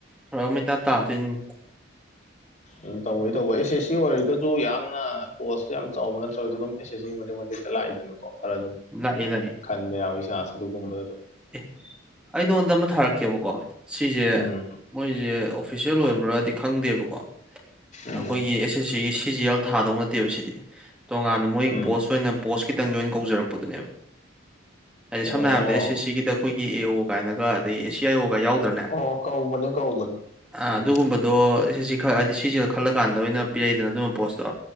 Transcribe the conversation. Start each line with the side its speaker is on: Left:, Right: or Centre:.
Centre: ꯐꯔꯛ ꯑꯃ ꯢꯇꯥ ꯇꯗꯨꯢꯅꯦ
Left: ꯎꯝ ꯇꯧꯗꯩꯗꯣ ꯇꯧꯕ ꯑꯦꯁ ꯑꯦꯁ ꯁꯤ ꯑꯣꯏꯔꯒꯁꯨ ꯌꯥꯝꯅ ꯄꯣꯁꯇꯨ ꯌꯥꯝꯅ ꯆꯥꯎꯕ ꯅꯠꯇ꯭ꯔꯒꯁꯨ ꯑꯗꯨꯝ ꯑꯦꯁ ꯑꯦꯁ ꯁꯤ ꯃꯇꯦꯛ ꯃꯇꯦꯛꯇ ꯂꯥꯛꯏꯗꯅꯀꯣ ꯈꯔ ꯑꯗꯨꯝ
Centre: ꯂꯥꯛꯑꯦ ꯂꯥꯛꯑꯦ
Left: ꯈꯟꯕ ꯌꯗꯩ ꯆꯥꯟꯁꯇ ꯑꯗꯨꯒꯨꯝꯕ
Centre: ꯑꯦ ꯑꯩ ꯅꯉꯣꯟꯗ ꯑꯃ ꯊꯥꯔꯛꯀꯦꯕꯀꯣ ꯁꯤꯁꯦ
Left: ꯎꯝ
Centre: ꯃꯣꯏꯁꯦ ꯑꯣꯐꯤꯁꯦꯜ ꯑꯣꯏꯕ꯭ꯔꯥꯗꯤ ꯈꯪꯗꯦꯕꯀꯣ
Left: ꯎꯝ
Centre: ꯑꯩꯈꯣꯏꯒꯤ ꯑꯦꯁ S C C G L ꯊꯥꯗꯧꯅ ꯅꯠꯇꯦꯕ ꯁꯤꯗꯤ ꯇꯣꯉꯥꯟꯅ ꯃꯣꯏ
Left: ꯎꯝ
Centre: ꯄꯣꯁ ꯑꯣꯏꯅ ꯄꯣꯁ ꯈꯤꯇꯪꯒꯤ ꯑꯣꯏꯅ ꯀꯧꯖꯔꯛꯄꯗꯨꯅꯦꯕ
Left: ꯑꯣ
Centre: ꯁꯝꯅ
Left: ꯑꯣ
Centre: ꯍꯥꯏꯔꯕꯗ ꯑꯦꯁ ꯑꯦꯁ ꯁꯤꯒꯤꯗ ꯑꯩꯈꯣꯏꯒꯤ ꯑꯦ ꯑꯣ ꯀꯥꯏꯅ ꯑꯗꯩ ꯑꯦꯌꯥ ꯌꯥꯎꯗ꯭ꯔꯅꯦ
Left: ꯑꯣ ꯀꯧꯕꯅꯦ ꯀꯧꯕꯅꯦ
Centre: ꯑꯗꯨꯒꯨꯝꯕ
Left: ꯎꯝ
Centre: ꯑꯗꯣ ꯑꯦꯁ ꯑꯦꯁ ꯁꯤ ꯈꯥꯛ ꯍꯥꯏꯗꯤ ꯑꯦꯁ ꯑꯦꯁ ꯁꯤꯒ ꯈꯜꯂ ꯀꯥꯟꯗ ꯑꯣꯏꯅ ꯄꯤꯔꯛꯏꯗꯅ ꯑꯗꯨꯝꯕ ꯄꯣꯁꯇꯣ